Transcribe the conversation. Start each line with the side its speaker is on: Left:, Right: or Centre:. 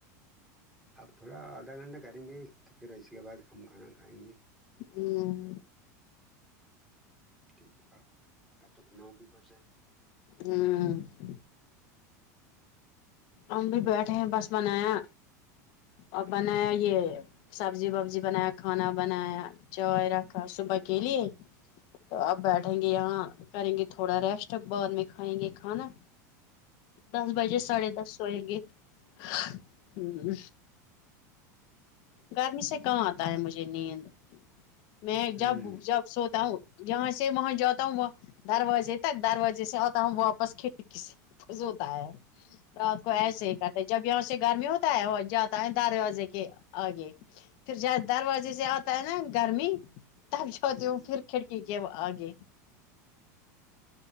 Centre: آپ تھوڑا آدھا گھنٹہ کریں گے تو پھر اس کے بعد ھم کھانا کھائیں گے
Left: ہمم
Centre: ٹھیک ہے آپ کب تک نو بھی بج جائیں گے
Left: ہمم ہم بھی بیٹھے ہیں بس بنایا اور بنایا یہ سبزی وبزی بنایا کھانا بنایا چائے رکھا صبح ا کے لیے تو اپ بیٹھیں گے یہاں کریں گے تھوڑا ریسٹ بعد میں کھائیں گے کھانا دس بجے
Centre: ہ
Left: ساڑھے دس ہویں گے ہ گرمی سے کہاں آتا ہے مجھے نیند میں
Centre: ہ
Left: جب جب سو ہوں یہاں سے وہاں جاتا ہوں وہ دروازے تک دروازے سے آتا ہوں واپس کھڑکی سے س ہوتا ہے کو
Centre: ہ
Left: ایسے ہی کرتا ہے جب یہاں سے گرمی ہوتا ہے وہ جاتا ہے دروازے کے آگے پھر ج دروازے سے آتا ہے نا گرمی تب جاتی
Centre: ہ
Left: ہوں پھر
Centre: ہ
Left: کھڑک ٹھیک ہے آگے